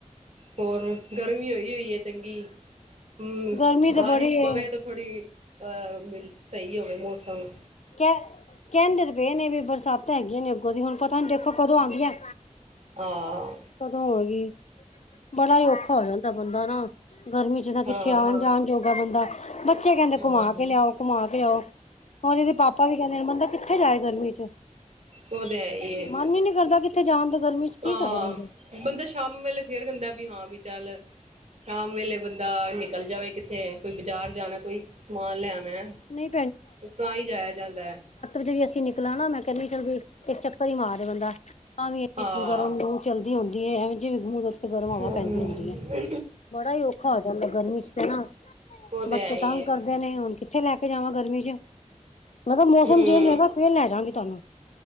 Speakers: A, on the right (about 55°); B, on the left (about 60°).
A: ਹੋਰ ਗਰਮੀ ਹੋ ਹੋਈ-ਹੋਈ ਐ ਚੰਗੀ, ਹੂੰ
B: ਗਰਮੀ ਤੇ
A: ਬਾਰਿਸ਼
B: ਬੜੀ ਏ
A: ਪਵੇ ਤਾਂ ਥੋੜ੍ਹੀ ਅ ਸਹੀ ਹੋਵੇ ਮੌਸਮ।
B: ਕਹ ਕੈਂਦੇ ਤੇ ਪਏ ਨੇ ਵੀ ਬਰਸਾਤਾਂ ਹੈਗੀਆ ਨੇ ਅੱਗੋਂ ਦੀ ਹੁਣ ਪਤਾ ਹੁਣ ਦੇਖੋ, ਕਦੋਂ ਆਂਦੀਆ।
A: ਹਾਂ
B: ਕਦੋਂ ਹੋਏਗੀ ਬੜਾ ਔਖਾ ਹੋ ਜਾਂਦਾ ਬੰਦਾ ਨਾ, ਗਰਮੀ ਚ ਜਿੱਦਾਂ ਕਿੱਥੇ
A: ਹਾਂ ਹਾਂ
B: ਆਂਣ
A: ਹਾਂ
B: ਜਾਣ ਜੋਗਾ ਬੰਦਾ, ਬੱਚੇ ਕੈਂਦੇ ਘੁੰਮਾ
A: ਹਾਂਜੀ
B: ਕੇ ਲਿਆਓ, ਘੁੰਮਾ ਕੇ ਲਿਆਓ ਪਾਪਾ ਵੀ ਬੰਦਾ ਕਿੱਥੇ ਜਾਏ ਗਰਮੀ ਚ,
A: ਉਹ ਤੇ ਹੈ ਹੀ ਹੈ
B: ਮਨ ਈ ਨੀ ਕਰਦਾ ਕਿੱਥੇ ਜਾਣ ਦਾ ਗਰਮੀ ਚ ਕੀ
A: ਹਾਂ,
B: ਕਰੇ ਬੰਦੇ
A: ਬੰਦਾ ਸ਼ਾਮ ਵੇਲੇ ਫੇਰ ਕੈਂਦਾ ਹਾਂ, ਬਈ ਚੱਲ ਸ਼ਾਮ ਵੇਲੇ ਬੰਦਾ ਨਿਕਲ ਜਾਵੇ ਕਿੱਥੇ, ਕੋਈ ਬਜ਼ਾਰ ਜਾਣਾ ਕੋਈ ਸਮਾਨ ਲਿਆਂਣਾ
B: ਨਹੀਂ
A: ਤਾਂ ਈ ਜਾਇਆ ਜਾਂਦਾ।
B: ਜੇ ਵੀ ਅਸੀਂ ਨਿਕਲਾਂ ਨਾ ਮੈਂ ਕਹਿੰਦੀ ਚਲ ਵੀ ਇੱਕ ਚੱਕਰ ਹੀ ਮਾਰ ਲੇ ਬੰਦਾ, ਤਾਂ ਵੀ
A: ਹਾਂ
B: ਇਕ ਗਰਮ ਲੂ ਚੱਲਦੀ ਹੁੰਦੀ ਹੈ ਐਵੇ ਜਿਵੇਂ ਮੂੰਹ ਦੇ ਉੱਤੇ ਗਰਮ ਹਵਾ
A: ਹਮ
B: ਪੈਂਦੀ ਹੁੰਦੀ ਹੈ। ਬੜਾ ਈ ਔਖਾ ਹੋ ਜਾਂਦਾ ਗਰਮੀ ਚ ਤੇ ਨਾ
A: ਉਹ ਤੇ
B: ਬੱਚੇ'
A: ਹੈ ਹੀ
B: ਤੰਗ
A: ਹੈ
B: ਨੇ ਹੁਣ ਕਿੱਥੇ ਲੈ ਕੇ ਜਾਵਾਂ ਗਰਮੀ ਚ ਮੈਂ ਕਿਹਾ ਮੌਸਮ
A: ਹਮ
B: ਚੇਂਜ ਹੋਏਗਾ ਫੇਰ ਲੈ ਜਾਂਗੀ ਤੁਹਾਨੂੰ।